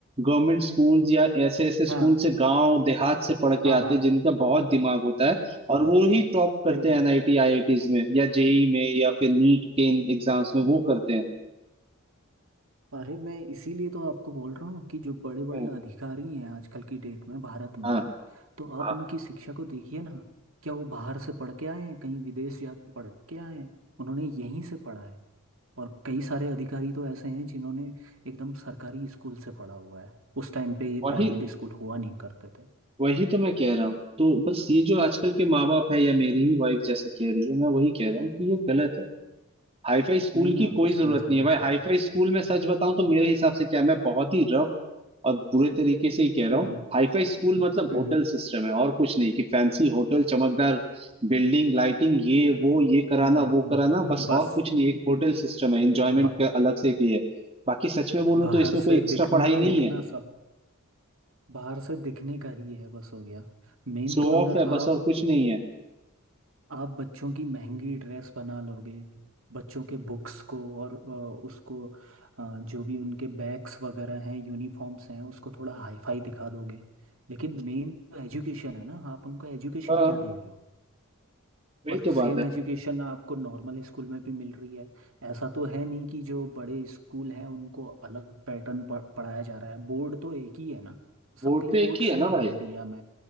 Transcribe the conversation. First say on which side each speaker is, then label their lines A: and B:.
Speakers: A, on the right; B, on the right.
A: गवर्नमेंट स्कूल या ऐसे ऐसे स्कूल
B: हाँ
A: से गांव देहात से पढ़ के
B: हाँ
A: आते
B: हाँ
A: हैं जिनका बहुत दिमाग होता है और वो ही टॉप करते
B: सही बात
A: हैं एनआईटी आईआईटीज में या जेई में या फिर नीट के एग्जाम्स में वो करते हैं
B: अरे मैं इसीलिए तो आपको बोल रहा हूँ कि जो बड़े बड़े
A: हम्म,
B: अधिकारी हैं आजकल की डेट में भारत में
A: हाँ
B: तो
A: हाँ
B: आप उनकी शिक्षा को देखिए ना क्या वो बाहर से पढ़ के आए हैं कहीं विदेश जाके पढ़ के आए हैं उन्होंने यहीं से पढ़ा है और कई सारे अधिकारी तो ऐसे हैं जिन्होंने एकदम सरकारी स्कूल से पढ़ा हुआ है उस टाइम पे ये
A: वही
B: प्राइवेट स्कूल हुआ नहीं करते थे
A: वही तो मैं कह रहा हूँ तो बस ये जो आजकल के माँ बाप है या मेरी ही वाइफ जैसा कह रही है मैं वही कह रहा हूँ कि ये गलत है हाईफाई स्कूल
B: नहीं
A: की
B: आपको
A: कोई जरूरत
B: समझाना
A: नहीं है भाई
B: चाहिए
A: हाईफाई स्कूल में सच बताऊं तो मेरे हिसाब से क्या मैं बहुत ही रफ और बुरे तरीके से ही कह रहा
B: हम्म
A: हूँ हाईफाई स्कूल मतलब
B: हम्म
A: होटल सिस्टम है और कुछ नहीं कि फैंसी होटल चमकदार बिल्डिंग लाइटिंग ये वो ये कराना
B: <laughs>
A: वो कराना बस
B: बस
A: और कुछ नहीं एक होटल सिस्टम है एंजॉयमेंट
B: बा,
A: का अलग से एक ये है बाकी सच में बोलूं
B: बाहर
A: तो इसमें कोई
B: से
A: एक्स्ट्रा
B: दिखना
A: पढ़ाई
B: विखना
A: नहीं है
B: सब बाहर से दिखने का ही है बस हो गया मेन
A: शो
B: तो अंदर
A: ऑफ है
B: आप
A: बस और कुछ नहीं है
B: आप बच्चों की महंगी ड्रेस बना लोगे बच्चों के बुक्स को और अ, उसको अ, जो भी उनके बैग्स वगैरह हैं यूनिफॉर्म्स हैं उसको थोड़ा हाईफाई दिखा दोगे लेकिन मेन तो एजुकेशन है ना आप उनको एजुकेशन
A: हाँ
B: क्या दे रहे हो
A: वही
B: और
A: तो बात
B: सेम
A: है
B: एजुकेशन आपको नॉर्मल स्कूल में भी मिल रही है ऐसा तो है नहीं कि जो बड़े स्कूल हैं उनको अलग पैटर्न पढ़ाया जा रहा है बोर्ड तो एक ही है ना
A: वोट
B: सबके लिए
A: तो एक
B: बोर्ड
A: ही
B: सेम
A: है ना
B: है
A: भाई
B: इंडिया में